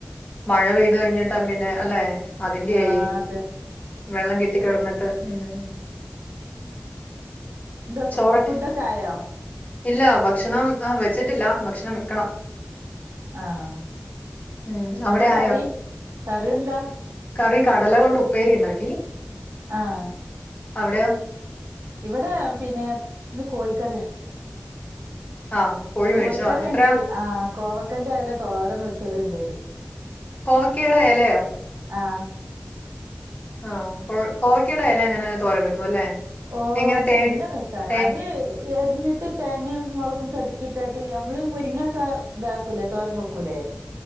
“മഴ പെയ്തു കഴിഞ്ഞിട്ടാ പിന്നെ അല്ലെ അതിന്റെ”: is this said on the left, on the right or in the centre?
Left